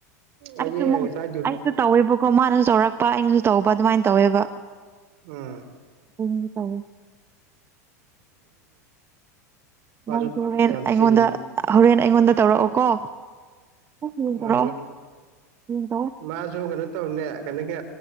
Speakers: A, on the right; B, on the right.
A: ꯑꯩꯁꯦ
B: ꯑꯩꯁꯨ
A: ꯉꯁꯥꯏ
B: ꯑꯩꯁꯨ ꯇꯧꯋꯦꯕꯀꯣ ꯃꯥꯅꯁꯨ ꯆꯥꯎꯧꯔꯛꯄ ꯑꯩꯅꯁꯨ ꯇꯧꯕ ꯑꯗꯨꯃꯥꯏꯅ ꯇꯧꯋꯦꯕ
A: ꯎꯝ
B: ꯑꯩꯏꯗꯤ ꯇꯔꯦ
A: ꯃꯥꯔꯁꯨ
B: ꯅꯪꯁꯨ ꯍꯣꯔꯦꯟ
A: ꯌꯥꯝꯁꯤꯟ
B: ꯑꯩꯉꯣꯟꯗ ꯍꯣꯔꯦꯟ ꯑꯩꯉꯣꯟꯗ ꯇꯧꯔꯛꯑꯣꯀꯣ ꯍꯌꯦꯡ
A: ꯍ
B: ꯇꯧꯔꯛꯑꯣ ꯍꯌꯦꯡ ꯇꯧꯑꯣ
A: ꯃꯥꯁꯨꯒꯩꯅ ꯇꯧꯔꯤꯅꯦ ꯀꯩꯅꯣꯒꯤ